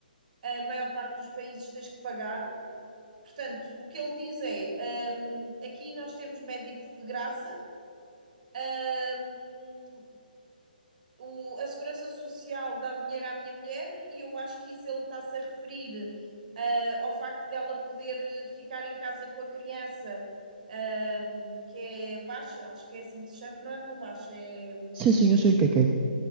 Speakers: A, on the right; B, on the right.
A: A maior parte dos países tens que pagar. Portanto, o que ele diz é: hum, aqui nós temos médicos de graça, hum, o- a Segurança Social dá dinheiro à minha mulher, e eu acho que isso ele está-se a referir ah, ao facto dela poder eh, ficar em casa com a criança, hum, que é baixa, acho que é assim que se chama, não é uma baixa, é. hum,
B: Sim, sim, eu sei o que é que é.